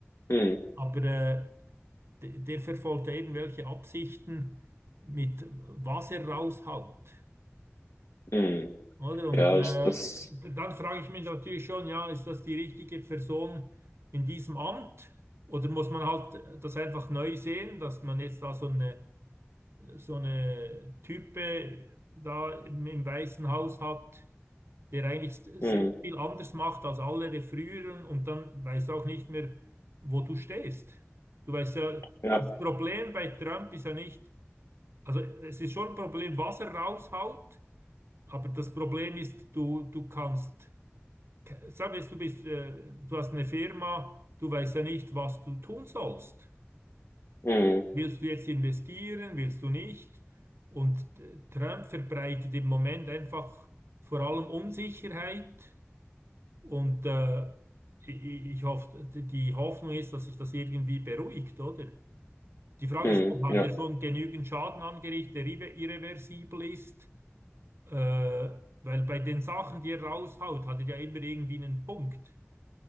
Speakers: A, on the left; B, on the right.
A: mm,
B: Aber äh, D- Der verfolgt ja irgendwelche Absichten mit was er raushaut.
A: mm.
B: Oder? Und
A: Ja,
B: äh,
A: das, das
B: dann frage ich mich natürlich schon, ja, ist das die richtige Person in diesem Amt? Oder muss man halt das einfach neu sehen, dass man jetzt da so eine, so eine Type da im, im Weißen Haus hat, der eigentlich sehr
A: mm,
B: viel anders macht als alle der früheren und dann weißt du auch nicht mehr, wo du stehst. Du weißt ja,
A: ja.
B: das Problem bei Trump ist ja nicht, also es ist schon ein Problem, was er raushaut, aber das Problem ist, du, du kannst, sagen wir jetzt, du bist, äh, du hast eine Firma, du weißt ja nicht, was du tun sollst.
A: Mm.
B: Willst du jetzt investieren, willst du nicht? Und äh, Trump verbreitet im Moment einfach vor allem Unsicherheit und äh, ich, ich hoffe, die Hoffnung ist, dass sich das irgendwie beruhigt, oder? Die Frage
A: Mhm.
B: ist, ob hat
A: Ja,
B: er schon genügend Schaden angerichtet, der irre- irreversibel ist? Äh, weil bei den Sachen, die er raushaut, hat er ja immer irgendwie einen Punkt.